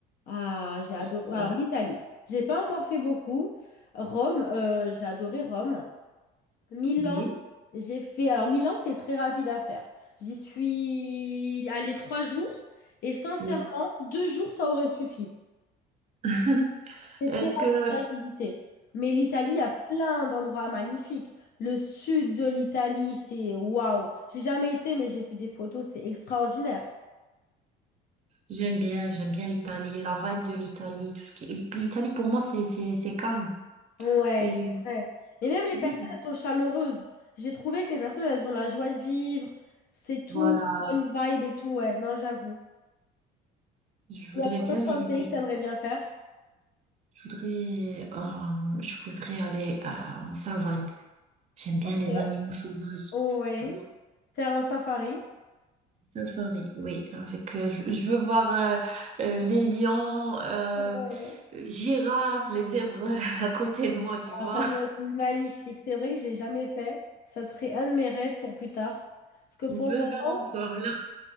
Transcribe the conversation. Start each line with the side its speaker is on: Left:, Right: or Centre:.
Left: Ah, j'ai adoré.
Right: J'adore.
Left: Alors, l'Italie, j'ai pas encore fait beaucoup. Rome, euh, j'ai adoré Rome. Milan,
Right: Oui,
Left: j'ai fait. Alors, Milan, c'est très rapide à faire. J'y suis allée trois jours et sincèrement,
Right: oui.
Left: deux jours, ça aurait suffi.
Right: <laughs>
Left: C'est
Right: Est-ce
Left: très rapide
Right: que
Left: à visiter. Mais l'Italie, a plein d'endroits magnifiques. Le sud de l'Italie, c'est waouh. J'ai jamais été, mais j'ai vu des photos, c'est extraordinaire.
Right: j'aime bien, j'aime bien l'Italie, la vibe de l'Italie, tout ce qui. L'Italie pour moi, c'est c'est c'est calme.
Left: Ouais,
Right: C'est
Left: c'est vrai. Et même les
Right: oui,
Left: personnes, elles sont chaleureuses. J'ai trouvé que les personnes, elles ont la joie de vivre. C'est tout,
Right: voilà.
Left: bonne vibe et tout. Ouais, non, j'avoue.
Right: Je voudrais
Left: Il y a quoi
Right: bien
Left: d'autre
Right: visiter.
Left: comme pays que t'aimerais bien faire?
Right: Je voudrais, euh, je voudrais aller à- en savane. J'aime bien
Left: Ok.
Right: les animaux sauvages.
Left: Oui.
Right: Je veux voir
Left: Faire un safari.
Right: un safari, oui. Avec, euh, je, je veux voir euh, euh, les lions, euh,
Left: Ouais.
Right: girafes, les zèbres <laughs> à côté de moi, tu vois.
Left: Ah, ça doit être magnifique. C'est vrai que j'ai jamais fait. Ça serait un de mes rêves pour plus tard. Parce que pour
Right: On peut
Left: le moment,
Right: faire ensemble.